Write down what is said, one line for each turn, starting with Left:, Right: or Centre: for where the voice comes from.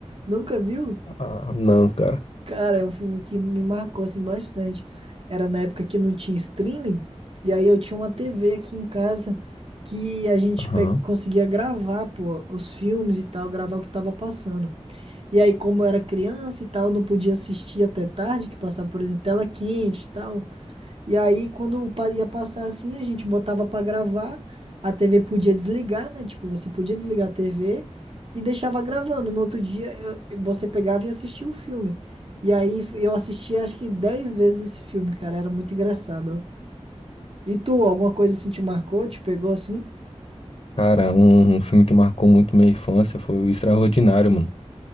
Right: Nunca viu?
Left: Ah, não, cara.
Right: Cara, é um filme que me marcou assim bastante. Era na época que não tinha streaming, e aí eu tinha uma TV aqui em casa que a gente
Left: Aham.
Right: pe- conseguia gravar, pô, os filmes e tal, gravar o que tava passando. E aí, como eu era criança e tal, não podia assistir até tarde, que passava, por exemplo, tela quente e tal. E aí, quando pa- ia passar assim, a gente botava pra gravar, a TV podia desligar, né? Tipo, você podia desligar a TV e deixava gravando. No outro dia, eu- você pegava e assistia o filme. E aí, f- eu assistia acho que 10 vezes esse filme, cara. Era muito engraçado, ó. E tu, alguma coisa assim te marcou, te pegou assim?
Left: Cara, um, um filme que marcou muito minha infância foi o Extraordinário, mano.